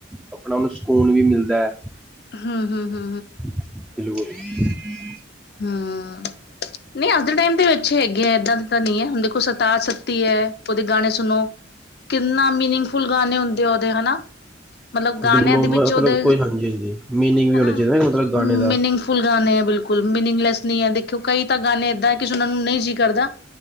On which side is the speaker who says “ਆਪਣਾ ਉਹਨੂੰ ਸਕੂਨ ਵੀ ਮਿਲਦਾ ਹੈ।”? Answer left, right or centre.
Centre